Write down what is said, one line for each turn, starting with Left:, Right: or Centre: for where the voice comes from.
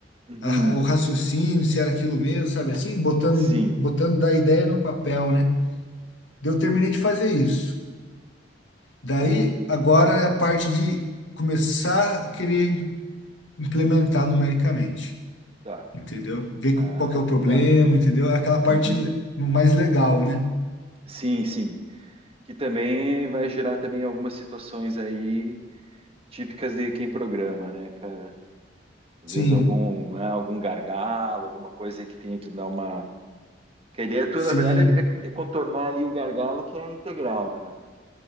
Right: Uhum,
Left: a ra- o raciocínio, se era aquilo mesmo, sabe assim, botando em-
Right: Sim,
Left: botando da ideia no papel, né? Daí Eu terminei de fazer isso. Daí,
Right: tá,
Left: agora é a parte de começar a querer implementar numericamente,
Right: tá,
Left: entendeu? Ver
Right: ah,
Left: qual que é o problema,
Right: tá.
Left: entendeu? É Aquela parte
Right: Uhum,
Left: le- mais legal, né?
Right: Sim, sim. Que também vai gerar também algumas situações aí típicas de quem programa, né, cara? Às
Left: Sim,
Right: vezes algum, né, algum gargalo, alguma coisa aí que tenha que dar uma. Que a ideia tua,
Left: sim.
Right: na verdade, é, é contornar ali o gargalo que é a integral, né?